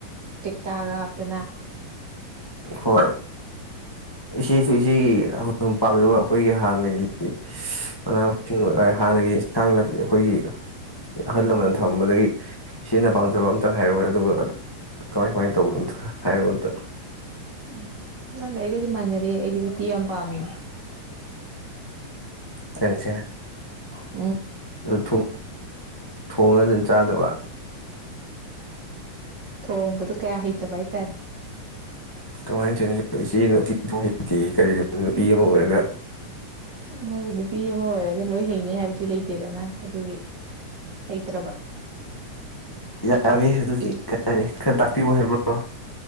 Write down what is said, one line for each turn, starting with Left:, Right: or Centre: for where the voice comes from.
Right: ꯇꯦꯛꯇꯥꯒ ꯍꯥꯞꯇꯅ
Left: ꯍꯣꯏ ꯏꯆꯦꯁꯨ ꯏꯆꯦꯒꯤ ꯍꯧ ꯄꯥꯝꯖꯕ ꯑꯩꯈꯣꯏꯒꯤ ꯍꯥꯟꯅꯒꯤ ꯃꯅꯥ ꯃꯁꯤꯡ ꯑꯣꯏ ꯍꯥꯟꯅꯒꯤ ꯏꯟꯁꯥꯡ ꯅꯥꯄꯤ ꯑꯩꯈꯣꯏꯒꯤ ꯑꯍꯜ ꯂꯃꯟꯅ ꯊꯔꯝꯕꯗꯒꯤ ꯏꯆꯦꯅ ꯄꯥꯝꯖꯕ ꯑꯝꯇ ꯍꯥꯏꯔꯨꯔꯅꯦ ꯑꯗꯨꯒ ꯀꯃꯥꯏ ꯀꯃꯥꯏꯅ ꯇꯧꯕꯅꯣ ꯑꯝꯇ ꯍꯥꯏꯔꯣ ꯑꯝꯇ
Right: ꯎꯝ ꯅꯪ ꯍꯦꯒꯗꯤ ꯃꯅꯦꯔꯤꯦ ꯍꯒꯤꯤ ꯄꯥꯥꯝꯕꯤ
Left: ꯀꯆꯥ
Right: ꯎ
Left: ꯑꯗꯨ ꯊꯣꯡꯉꯒ ꯑꯗꯨꯝ ꯆꯥꯗꯕ
Right: ꯊꯒꯗꯨ ꯀꯌꯥ ꯍ ꯩ ꯇꯔꯦ
Left: ꯀꯃꯥꯏꯅ ꯊꯧꯅ ꯏꯆꯦ ꯅꯨꯡꯇꯤ ꯄꯍꯩꯇꯦ ꯀꯔꯤꯅꯣ ꯅꯨꯄꯤ ꯑꯃ ꯑꯣꯏꯔꯒ
Right: ꯍꯣꯏ ꯅꯨꯄꯤ ꯑꯃ ꯑꯣꯏꯔꯒ ꯂꯣꯏ ꯍꯩꯅꯤ ꯍꯥꯏꯕꯗꯤ ꯂꯩꯇꯦꯗꯅ ꯑꯗꯨꯒꯤ ꯍꯩꯇ꯭ꯔꯕ
Left: ꯌꯥꯔ
Right: ꯎꯝ
Left: ꯀ ꯈꯔ ꯇꯥꯛꯄꯤꯕ ꯍꯥꯏꯔꯕ꯭ꯔꯣ